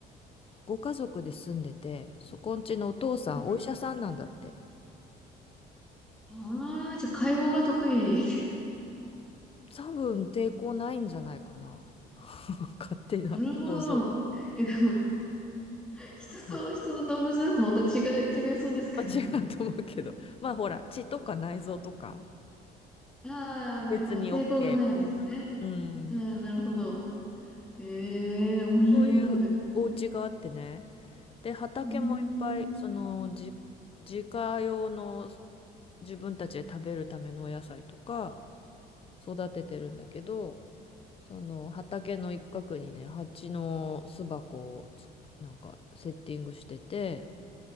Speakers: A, on the left; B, in the centre.
A: ご家族で住んでて、そこんちのお父さん、
B: はい
A: お医者さんなんだって。
B: ああ、じゃあ解剖が得意。
A: 多分抵抗ないんじゃないかな。<laughs> 勝手な。
B: なるほど。
A: そうそ
B: え、でも、人と、
A: う。
B: 人と動物だとまた違い、違いそうですけどね。
A: まあ違うと思うけど。まあほら、血とか内臓とか、
B: あーめまあ、
A: 別に
B: 抵抗がないんですね。
A: OK みたいな。うん。
B: うん、なるほど。へえ、面白い。
A: そういうお家があってね。
B: う
A: で、畑もいっぱい、
B: ーん、
A: その、自、自家用の自分たちで食べるためのお野菜とか育ててるんだけど、その畑の一角にね、蜂の巣箱をつ、なんかセッティングしてて、